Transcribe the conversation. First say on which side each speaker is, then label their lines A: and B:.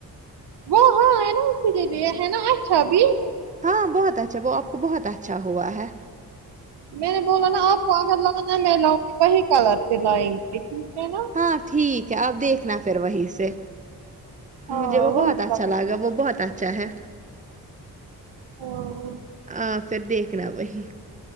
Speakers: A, on the right; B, on the right.
A: وہ ہاں ہے نا اسی لیے ہے نہ اچھا بھی
B: ہاں بہت اچھا وہ آپ کو بہت اچھا ہوا ہے
A: میں نے بولا نا آپ کو اگر لانا ہے میں لاؤں گی وہی کلر سے لائیں گی ٹھیک ہے نا
B: ہاں ٹھیک ہے اب دیکھنا پھر وہیں سے
A: ہاں
B: مجھے وہ
A: وہی
B: بہت اچھا
A: کلر
B: لگا وہ بہت اچھا ہے
A: ہاں
B: آ پھر دیکھنا وہی